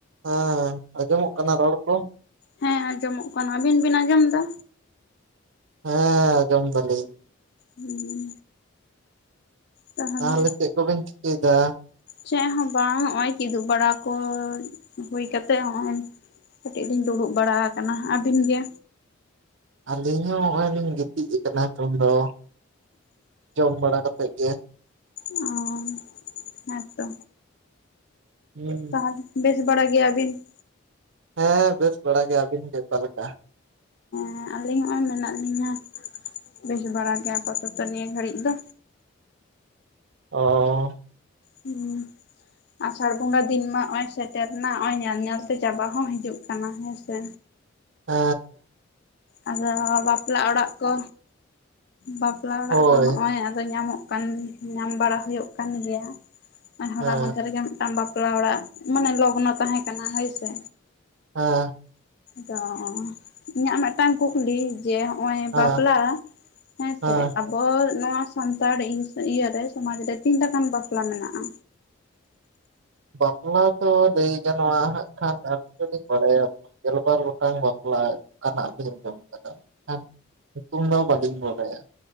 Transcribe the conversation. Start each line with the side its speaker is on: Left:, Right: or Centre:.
Right: ᱦᱮᱸ ᱟᱸᱡᱚᱢᱚᱜ ᱠᱟᱱᱟ ᱨᱚᱲ ᱠᱚ?
Left: ᱦᱮᱸ ᱟᱸᱡᱚᱢᱚᱜ ᱠᱟᱱᱟ ᱟᱵᱤᱱ ᱵᱤᱱ ᱟᱸᱡᱚᱢ ᱮᱫᱟ?
Right: ᱦᱮᱸ ᱟᱢᱚᱢ ᱫᱟᱞᱤᱧ
Left: ᱦᱩᱸ ᱛᱟᱦᱚᱞᱮᱼᱼ
Right: ᱛᱟᱦᱚᱞᱮ ᱪᱮᱫ ᱠᱚᱵᱮᱱ ᱪᱤᱠᱟᱹᱭᱮᱫᱟ
Left: ᱪᱮᱫ ᱦᱚᱸ ᱵᱟᱝ ᱱᱚᱜ ᱚᱭ ᱠᱤᱫᱩᱵ ᱵᱟᱲᱟ ᱠᱚ ᱦᱩᱭ ᱠᱟᱛᱮᱜ ᱦᱚᱸᱚᱭᱼᱼ ᱠᱟᱹᱴᱤᱡ ᱞᱤᱧ ᱫᱩᱲᱩᱵ ᱵᱟᱲᱟ ᱟᱠᱟᱱᱟ ᱟᱹᱵᱤᱱ ᱜᱮ?
Right: ᱟᱹᱞᱤᱧ ᱦᱚᱸ ᱱᱚᱜᱼᱚᱭ ᱞᱤᱧ ᱜᱤᱛᱤᱡ ᱟᱠᱟᱱᱟ ᱱᱤᱛᱚᱜ ᱫᱚ ᱡᱚᱢ ᱵᱟᱲᱟ ᱠᱟᱛᱮᱫ ᱜᱮ
Left: ᱚ ᱦᱮᱸᱛᱚ
Right: ᱦᱩᱸ
Left: ᱛᱟᱦᱚᱞᱮ ᱵᱮᱥ ᱵᱟᱲᱟ ᱜᱮᱭᱟ ᱵᱤᱱ?
Right: ᱦᱮᱸ ᱵᱮᱥ ᱵᱟᱲᱟ ᱜᱮᱭᱟ ᱟᱵᱤᱱ ᱜᱮ ᱚᱠᱟ ᱞᱮᱠᱟ?
Left: ᱦᱮᱸ ᱟᱞᱤᱧ ᱦᱚᱸᱜᱚᱭ ᱢᱮᱱᱟᱜ ᱞᱤᱧᱟ ᱵᱮᱥ ᱵᱟᱲᱟ ᱜᱮᱭᱟ ᱟᱯᱟᱛᱟᱛᱚ ᱱᱤᱭᱟᱹ ᱜᱷᱟᱹᱲᱤᱡ ᱫᱚ᱾
Right: ᱚᱻ
Left: ᱦᱩᱸ ᱟᱥᱟᱲ ᱵᱚᱸᱜᱟ ᱫᱤᱱ ᱢᱟ ᱱᱚᱜ ᱚᱭ ᱥᱮᱴᱮᱨ ᱮᱱᱟ ᱱᱚᱜ ᱚᱭ ᱧᱮᱞ ᱧᱮᱞ ᱛᱮ ᱪᱟᱵᱟ ᱦᱚᱸ ᱦᱤᱡᱩᱜ ᱠᱟᱱᱟ ᱦᱮᱸᱥᱮ᱾
Right: ᱦᱮᱻ
Left: ᱟᱫᱚ ᱵᱟᱯᱞᱟ ᱚᱲᱟᱜ ᱠᱚᱼᱼ ᱵᱟᱯᱞᱟ ᱚᱲᱟᱜ
Right: ᱦᱳᱭ
Left: ᱫᱚ ᱱᱚᱜᱼᱚᱭ ᱟ ᱧᱟᱢᱚᱜ ᱠᱟᱱ ᱧᱟᱢ ᱵᱟᱲᱟ ᱦᱩᱭᱩᱜ ᱠᱟᱱ ᱜᱮᱭᱟ᱾ ᱦᱚᱞᱟ
Right: ᱦᱮᱸ
Left: ᱢᱚᱫᱷᱮ ᱨᱮᱜᱮ ᱢᱤᱫᱴᱟᱝ ᱵᱟᱯᱞᱟ ᱚᱲᱟᱜ ᱢᱟᱱᱮ ᱞᱚᱜᱱᱚ ᱛᱟᱦᱮᱸ ᱠᱟᱱᱟ ᱦᱳᱭᱥᱮ,
Right: ᱦᱮᱻ
Left: ᱛᱚ ᱤᱧᱟᱹᱜ ᱢᱤᱫᱴᱟᱝ ᱠᱩᱠᱞᱤ? ᱡᱮ ᱱᱚᱜ ᱚᱭ
Right: ᱦᱮᱸ
Left: ᱵᱟᱯᱞᱟ ᱦᱮᱸᱥᱮ?
Right: ᱦᱮᱸ
Left: ᱟᱵᱚ ᱱᱚᱣᱟ ᱥᱟᱱᱛᱟᱲ ᱤᱭᱟᱹᱨᱮ ᱥᱚᱢᱟᱡᱽ ᱨᱮ ᱛᱤᱱ ᱞᱮᱠᱟᱱ ᱵᱟᱯᱞᱟ ᱢᱮᱱᱟᱜᱼᱟ?
Right: ᱵᱟᱯᱞᱟ ᱫᱚ ᱞᱟᱹᱭ ᱜᱟᱱᱚᱜᱼᱟ ᱦᱟᱸᱜ᱾ ᱠᱷᱟᱱ ᱟᱵᱧ <unintelligible> ᱡᱩᱫᱤᱧ ᱵᱟᱲᱟᱭᱟ ᱜᱮᱞᱵᱟᱨ ᱜᱚᱴᱟᱝ ᱵᱟᱯᱞᱟ ᱚᱱᱠᱟᱱᱟᱜ ᱵᱤᱱᱡᱚᱢ ᱟᱠᱟᱫᱟ <unintelligible> ᱧᱩᱛᱩᱢ ᱫᱚ ᱵᱟᱹᱞᱤᱧ ᱵᱟᱲᱟᱭᱟ